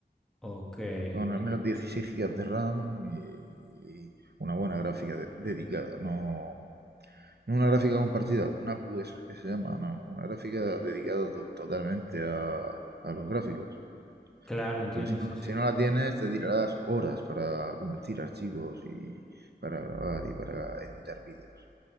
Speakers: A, in the centre; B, on the right.
A: Ok, y-
B: Con al menos 16 GB de RAM y una buena gráfica de- dedicada. No, no una gráfica compartida, una APU de esas que se llama, no. Una gráfica dedicada to- totalmente a a los gráficos.
A: claro, entiendo,
B: Porque si no,
A: sí, sí.
B: si no la tienes, te tirarás horas para convertir archivos y para grabar y para editar vídeos.